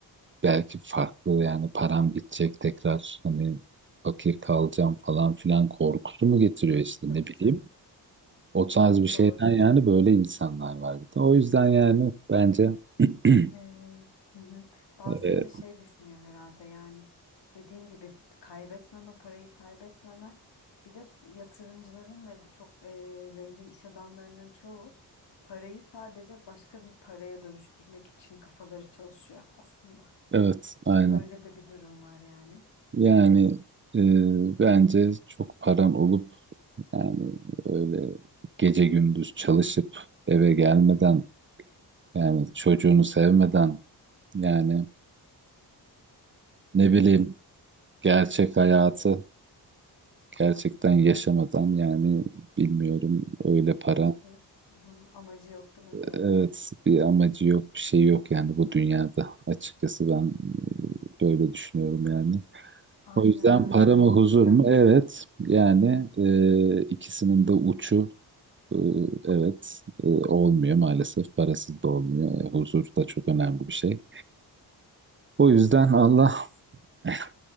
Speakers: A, on the right; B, on the left.
A: belki farklı yani param gidecek tekrar hani fakir kalacağım falan filan korkusu mu getiriyor işte
B: Tabii
A: ne bileyim.
B: tabii.
A: O tarz bir şeyden
B: Doğru.
A: yani böyle insanlar var bir de. O yüzden yani bence <clears throat>
B: Ee, hı hı. Bazıları
A: e,
B: da şey düşünüyor herhalde yani dediğin gibi kaybetmeme parayı kaybetmeme bir de yatırımcıların ve bu çok e, zengin iş adamlarının çoğu parayı sadece başka bir paraya dönüştürmek için kafaları çalışıyor aslında.
A: evet aynen.
B: Öyle de bir durum var yani.
A: Yani e, bence çok paran olup yani öyle gece gündüz çalışıp eve gelmeden yani çocuğunu sevmeden yani ne bileyim gerçek hayatı Gerçekten yaşamadan yani bilmiyorum öyle para.
B: Hiçbir hı, amacı yok değil mi diyorsun?
A: Evet bir amacı yok bir şey yok yani bu dünyada. Açıkçası ben e, böyle düşünüyorum yani.
B: Aynen
A: O yüzden
B: öyle.
A: para mı huzur
B: <laughs>
A: mu? Evet yani e, ikisinin de uçu e, evet e, olmuyor maalesef. Parasız da olmuyor. E, huzur da çok önemli bir şey. O yüzden Allah <laughs>